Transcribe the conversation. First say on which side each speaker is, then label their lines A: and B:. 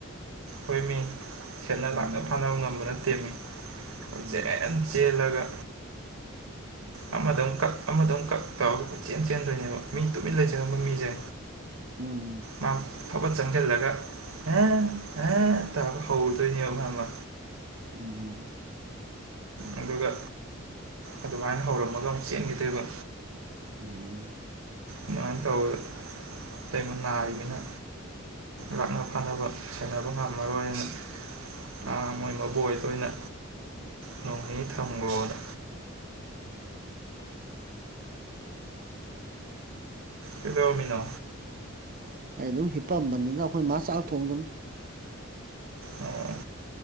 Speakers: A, on the right (about 80°); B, on the right (about 40°).
A: ꯍꯤꯏ ꯃꯤ ꯁꯦꯅ
B: ꯎꯝ
A: ꯂꯥꯛꯅ ꯐꯥꯅꯕ ꯉꯝꯕꯅ ꯇꯦꯝꯃꯤ ꯀꯣꯏꯆꯦꯟ
B: ꯎꯝ
A: ꯆꯦꯜꯂꯒ
B: <unintelligible>
A: ꯑꯃꯗꯃꯨꯛ ꯀꯛ ꯑꯃꯗꯃꯩꯛ ꯀꯛ ꯇꯧꯔꯒ ꯀꯣꯏꯆꯦꯟ ꯆꯟꯗꯣꯏꯅꯦꯕ ꯃꯤ ꯇꯨꯃꯤꯟ ꯂꯩꯖꯔꯝꯕ ꯃꯤꯁꯦ
B: ꯎꯝ
A: ꯃꯥꯝ ꯐꯥꯕꯠ ꯆꯪꯁꯤꯜꯂꯒ ꯑ ꯑ ꯇꯧꯔꯒ ꯍꯧꯔꯨꯗꯣꯏꯅꯦꯕ ꯈꯪꯉꯕ
B: ꯎꯝ
A: ꯑꯗꯨꯒ ꯑꯗꯨꯃꯥꯏꯅ ꯍꯧꯔꯝꯃꯒ ꯑꯃꯨꯛ ꯆꯦꯟꯒꯤꯗꯣꯏꯕ
B: <unintelligible>
A: ꯏꯅ ꯇꯧ ꯇꯃ ꯅꯥꯔꯤꯃꯤꯅ ꯂꯥꯛꯅ ꯐꯅꯕ ꯁꯦꯟꯅꯕ ꯉꯝꯃꯔꯣꯏꯅ
B: ꯎꯝ ꯎꯝ
A: ꯑ ꯃꯣꯏ ꯃꯕꯣꯛ ꯍꯣꯏꯗ ꯑꯣꯏꯅ ꯇꯧꯅꯤ ꯊꯝꯈ꯭ꯔꯣꯅ
B: ꯎꯝ
A: ꯀꯗꯧꯔꯝꯃꯤꯅꯣ
B: ꯑꯩ ꯑꯗꯨꯝ ꯍꯤꯞꯄꯝꯕꯅꯤꯗ ꯑꯩꯈꯣꯏ ꯃꯥ ꯆꯥꯛ ꯊꯣꯡꯈꯤꯕꯅꯤ
A: ꯑꯣ